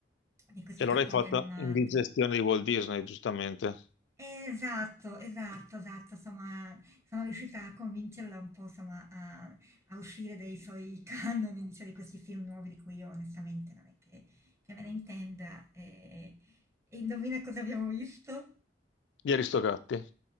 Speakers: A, on the right; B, on the left.
A: di questi
B: allora
A: cartoni
B: hai fatto
A: animati
B: indigestione di Walt Disney, giustamente.
A: eh, Esatto, esatto, esatto, insomma, sono riuscita a convincerla un po', insomma, a, a uscire dai suoi <laughs> canoni, diciamo, di questi film nuovi di cui io onestamente non è che, che me ne intenda. eh. E, indovina cosa abbiamo visto?
B: Gli Aristogatti.